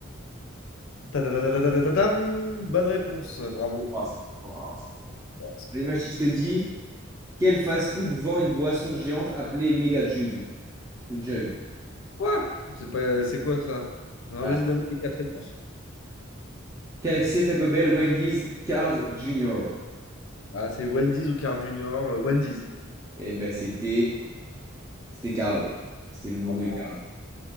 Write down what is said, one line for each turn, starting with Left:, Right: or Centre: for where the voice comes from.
Left: Ta-ta-ta-ta-ta-ta-ta-tam Bonne réponse, bravo.
Right: Oh, c'est fort, c'est fort.
Left: Fort, c'est
Right: Mais
Left: fort.
Right: Imagine si je te dis, quel fast-food vend une boisson géante appelée Mega Jug ou Jug?
Left: Quoi? C'est pas, c'est quoi ça? Non,
Right: Ah,
Left: vas-y, donne-moi les quatre réponses.
Right: KFC, Taco Bell, Wendy's, Carl's Jr.
Left: Ah, c'est Wendy's ou Carl Junior? euh, Wendy's.
Right: Eh ben c'était c'était Carl. C'était le bon
Left: Oh non,
Right: vieux Carl.